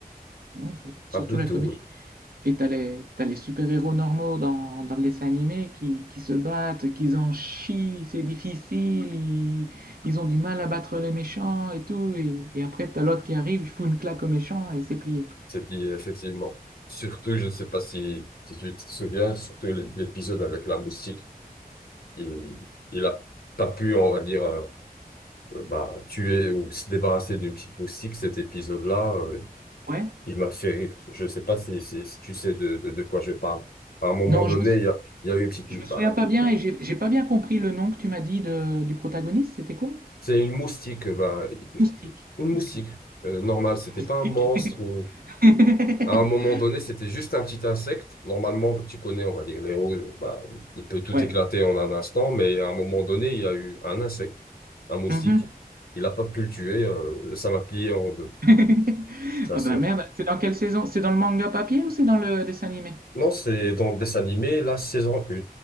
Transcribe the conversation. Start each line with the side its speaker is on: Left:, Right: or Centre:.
Right: Ouais, c'est surtout
Left: un peu
Right: la
Left: de tout,
Right: comédie.
Left: oui.
Right: Et t'as les, t'as les super-héros normaux dans, dans le dessin animé qui, qui se battent, qui en chient, c'est difficile, ils, ils ont du mal à battre les méchants et tout. Et, et après, t'as l'autre qui arrive, il fout une claque aux méchants et c'est plié.
Left: Et puis effectivement, surtout, je sais pas si, si tu te souviens, surtout l'é- l'épisode avec la moustique, il il a pas pu, on va dire, euh, euh, bah tuer ou se débarrasser d'une petite moustique. Cet épisode-là, euh,
Right: Ouais.
Left: il m'a fait rire. Je sais pas si si, si tu sais de, de de quoi je parle. À un moment
Right: Non,
Left: donné,
Right: je me, sou-
Left: il y a il y a eu une petite,
Right: Je me souviens
Left: bah,
Right: pas bien et j'ai j'ai pas bien compris le nom que tu m'as dit de, du protagoniste, c'était quoi?
Left: C'est une moustique, euh, bah,
Right: Moustique.
Left: une moustique,
Right: Ok.
Left: euh, normale. C'était
Right: Moustique.
Left: pas un monstre ou
Right: <laughs>
Left: à un moment donné, c'était juste un petit insecte. Normalement, tu connais, on va dire, les roues, bah, il peut tout
Right: Ouais.
Left: éclater en un instant, mais à un moment donné, il y a eu un insecte, un moustique.
Right: Mhm.
Left: Il a pas pu le tuer, euh, ça m'a plié en deux,
Right: <laughs>
Left: la
Right: Ah
Left: sœur.
Right: ben merde, c'est dans quelle saison? C'est dans le manga papier ou c'est dans le dessin animé?
Left: Non, c'est dans le dessin animé, la saison 1.